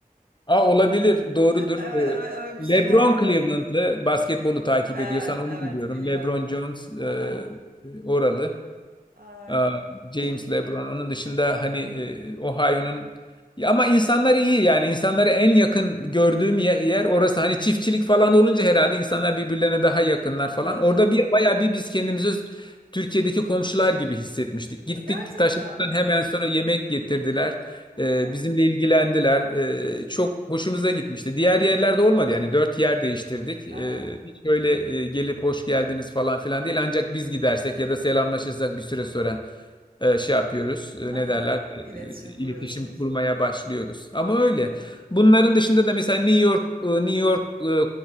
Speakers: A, on the left; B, on the right.
A: a, olabilir, doğrudur.
B: Evet,
A: Ee,
B: evet öyle bir şey
A: LeBron
B: vardı.
A: Cleveland'lı basketbolu takip
B: Evet,
A: ediyorsan onu
B: evet
A: biliyorum.
B: biliyorum.
A: LeBron Jones e,
B: Aha.
A: e, oralı.
B: Aa,
A: Aa,
B: bir
A: James LeBron. Onun dışında hani e, Ohio'nun Ya ama insanları iyi yani insanları en yakın gördüğüm ye- yer, orası. Hani çiftçilik falan olunca herhalde insanlar birbirlerine daha yakınlar falan.
B: tabii.
A: Orada bir bayağı bir biz kendimizi Türkiye'deki komşular gibi hissetmiştik. Gittik
B: Gerçekten
A: taşıdıktan
B: mi?
A: hemen sonra yemek getirdiler.
B: Ha.
A: E, bizimle ilgilendiler. E, çok hoşumuza gitmişti. Diğer yerlerde olmadı yani dört yer değiştirdik. E,
B: Aha.
A: hiç öyle e, gelip hoş geldiniz falan filan değil. Ancak biz gidersek ya da selamlaşırsak bir süre sonra e, şey yapıyoruz. E,
B: Aha.
A: ne derler? E, e,
B: İletişim
A: iletişim
B: kuruyorsunuz.
A: kurmaya başlıyoruz. Ama öyle. Bunların dışında da mesela New York, e, New York e,